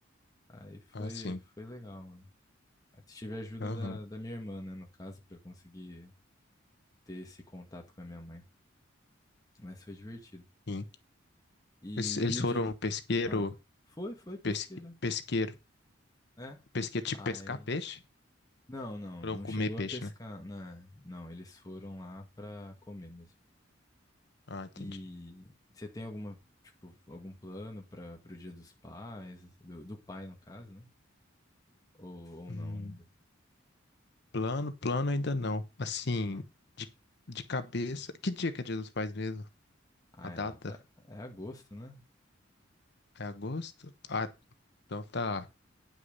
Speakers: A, on the left; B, on the left.
A: Aí foi,
B: Ah, sim.
A: foi legal, mano. Aí Tive a ajuda
B: Aham.
A: da, da minha irmã, né, no caso, pra conseguir ter esse contato com a minha mãe. Mas foi divertido.
B: Sim.
A: E,
B: Eles, eles
A: e o
B: foram
A: dia do...
B: pesqueiro,
A: Ah, foi, foi, pesqueira.
B: pesque, pesqueiro,
A: É.
B: pesqueiro, tipo
A: Aí...
B: pescar peixe?
A: Não, não,
B: Foram
A: não
B: comer
A: chegou
B: peixe,
A: a pescar,
B: né?
A: né? Não, eles foram lá pra comer mesmo.
B: Ah, entendi.
A: E você tem alguma, tipo, algum plano para pro Dia dos Pais, do, do pai no caso, né? Ou, ou
B: Hum,
A: não, ainda,
B: plano, plano ainda não. Assim,
A: não?
B: de, de cabeça. Que dia que é Dia dos Pais mesmo?
A: Ah,
B: A data?
A: é lá pra, é agosto, né?
B: É agosto? Ah, então tá,